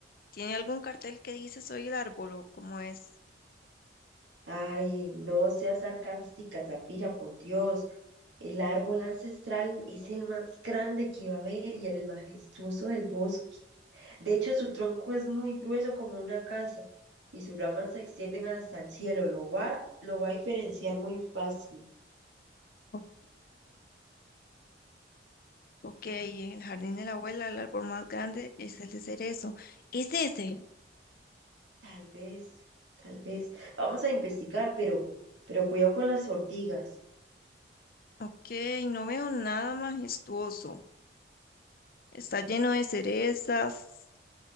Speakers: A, on the left (about 50°); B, on the right (about 80°).
A: ¿Tiene algún cartel que dice soy el árbol o cómo es?
B: Ay, no seas sarcástica, Zafira, por Dios. El árbol ancestral es el más grande que va a haber y el majestuoso del bosque. De hecho, su tronco es muy grueso como una casa y sus ramas se extienden hasta el cielo. Lo va, lo va a diferenciar muy fácil.
A: Ok, ok, en el jardín de la abuela el árbol más grande es el de cerezo. ¿Es ese?
B: Tal vez, tal vez. Vamos a investigar, pero, pero cuidado con las ortigas.
A: Ok, no veo nada majestuoso. Está lleno de cerezas,